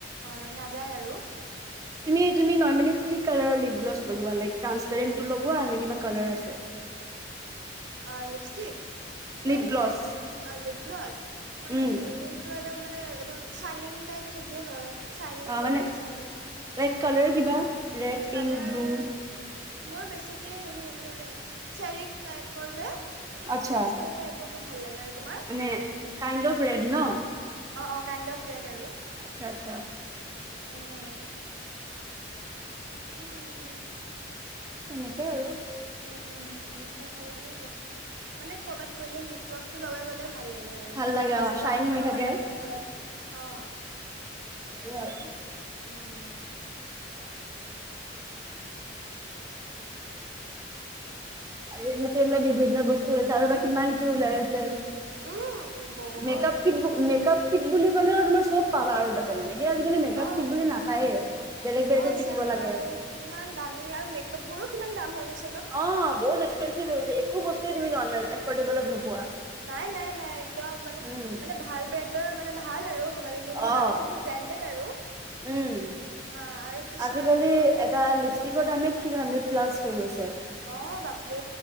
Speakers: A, on the right; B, on the right.
A: অ নাযায় আৰু
B: তুমি তুমি নৰ্মেলি কি। কালাৰৰ লিপ গ্লছ লগোৱা লাইক ট্ৰান্স। পাৰেণ্টটো লগোৱা নে কিবা কালাৰ আছে।
A: অ', লিপষ্টিক ম
B: লিপ
A: ই
B: গ্লছ
A: এনে অ', লিপ গ্লছ। মানে
B: উম
A: সেইজন। টো একদম মানে একদম চাইনিং টাইপ সাজে হয়। চাইনিং
B: অ'
A: কৰি
B: মানে
A: থাকে চাইনিং
B: লাইক কালাৰ
A: অ
B: কিবা ৰেড, পিংক,
A: কালাৰ
B: ব্লু।
A: মোৰ বেছিকে হেৰি মানে চেৰিক টাইপ। পৰ যে।
B: আচ্ছা
A: চেৰিটাইপৰ। তো ভাল লাগে আৰু। তোমাৰ
B: মানে কাইণ্ড অফ ৰেড ন?
A: অ', অ', কাইণ্ড অফ ৰেড আৰু।
B: আচ্ছা, আচ্ছা।
A: উম। তাকেই আৰু।
B: তেনেকে আৰু।
A: উম, উম সেনেকুৱা ভাল লাগে লিপষ্টিক মানে কৰ'বাত গলে লিপ গ্লছ টো লগাই গ'লে। ভাল লাগে আৰু
B: ভাল
A: ন সেইটো
B: লাগে
A: বেছি
B: অ চাইন
A: ডাৰ্কো
B: হৈ
A: নহয়
B: থাকে
A: লাইট নহয় অ' তাকে।
B: সেইটোৱে আৰু
A: অ' অ'
B: আৰু এনে এ বিভিন্ন বস্তু ওলাইছে, আৰু বা কিমান কি ওলাই আছে।
A: উম বহুত
B: মেকআপ কি মেকআপ ত বুলি ক'লে তোমাৰ চব পাবা আৰু তাতে মানে। কি আজিকালি মেকআপ
A: অ!
B: কিট বুলি নাপায়ে বেলেগ বেলেগে
A: অ!
B: কিনিব
A: চাগে
B: লাগে
A: বাৰু কিমান দামী আৰু মেকআপ বোৰো কিমান দাম হৈ গৈ
B: অ' বহুত এক্সপেনচিভ হৈ গৈছে। একো বস্তুৱে, তুমি নৰ্মেল এফৰ্ডেবলত নোপোৱা।
A: নাই, নাই, নাই একদম মানে,
B: উম
A: মানে ভাল ব্ৰেণ্ড মানে ভাল আৰু মানে যোনবোৰ
B: অ
A: দামী, সেইবোৰ ব্ৰেণ্ডেড আৰু
B: উম
A: অ' আৰু কিছুমানতো
B: আজিকালি এটা লিপষ্টিকত আমি থ্ৰি হান্দ্ৰ্ড প্লাছ হৈ গৈছে।
A: অ! বাপৰে,